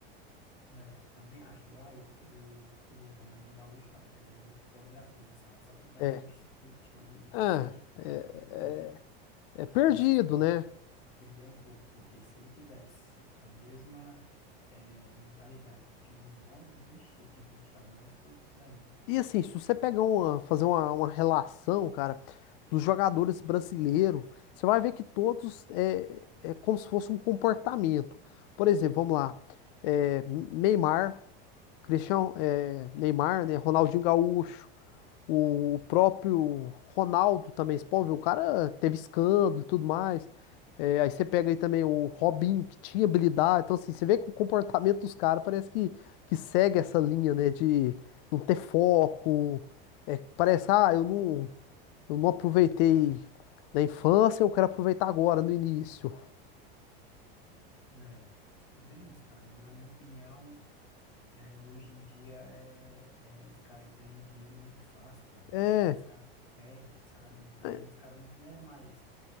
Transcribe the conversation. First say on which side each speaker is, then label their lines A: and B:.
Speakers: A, on the left; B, on the left.
A: É, também acho. Ah, o, o, o Ronaldinho Gaúcho, cara, é outro fora da curva, sabe? Só que também
B: É,
A: o bicho que sempre gostou de, de festa,
B: ah, é,
A: de beber.
B: é
A: Aí
B: perdido,
A: se, per-
B: né?
A: se perdeu um pouco, porque se ele tivesse a mesma é, mentalidade do Cristiano Ronaldo, ixi, ele tinha conquistado mais coisas ainda.
B: E assim, se você pegar uma, fazer uma, uma relação, cara, dos jogadores brasileiros, você vai ver que todos é, é como se fosse um comportamento. Por exemplo, vamos lá, é, Neymar. Cristiano, é, Neymar, né? Ronaldinho Gaúcho, o, o próprio Ronaldo também, você pode ver, o cara teve escândalo e tudo mais. É, aí você pega aí também o Robinho, que tinha habilidade. Então, assim, você vê que o comportamento dos caras parece que, que segue essa linha, né? De não ter foco. É, parece, ah, eu não, eu não aproveitei na infância, eu quero aproveitar agora, no início.
A: É, é bem isso, cara. Na minha opinião, É, hoje em dia é, é, os caras ganham dinheiro muito fácil, cara.
B: É.
A: E aí os caras se perdem, sabe? Então
B: é,
A: os caras não querem mais